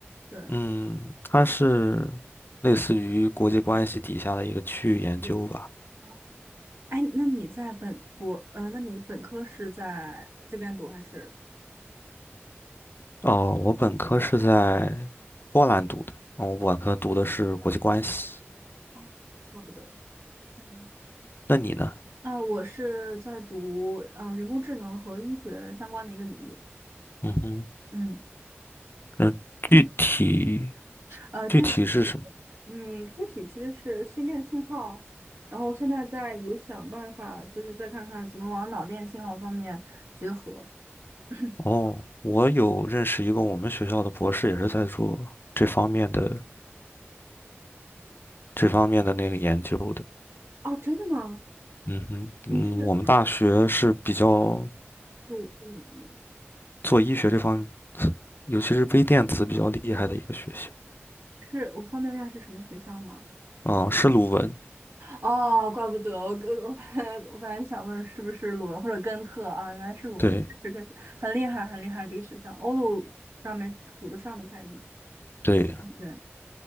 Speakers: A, on the right (about 65°); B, on the left (about 50°).
A: 对。
B: 嗯，它是类似于国际关系底下的一个区域研究吧。
A: 嗯啊，哎，那你在本国，呃，那你本科是在这边读还是？
B: 哦，我本科是在波兰读的，哦，我本科读的是国际关系。
A: 哦我不对，嗯，
B: 那你呢？
A: 啊，我是在读呃人工智能和医学相关的一个领域。
B: 嗯哼，
A: 嗯，
B: 嗯，具体
A: 呃，具体，
B: 具体是什么？
A: 嗯，具体其实是心电信号，然后现在在有想办法，就是再看看怎么往脑电信号方面结合。<clears throat>
B: 哦，我有认识一个我们学校的博士，也是在做这方面的这方面的那个研究的。
A: 哦，真的吗？
B: 嗯哼，
A: 你是
B: 嗯，我们大学是比较
A: 读，嗯，
B: 做医学这方面，尤其是微电子比较厉害的一个学校
A: 是我方便问一下是什么学校吗？
B: 啊，是鲁文。
A: 哦，怪不得我跟我本来 <laughs> 我本来想问是不是鲁文或者根特啊，原来是鲁文，
B: 对
A: 确实确实很厉害很厉害这个学校，欧陆上面数得上的排名。
B: 对，
A: 对，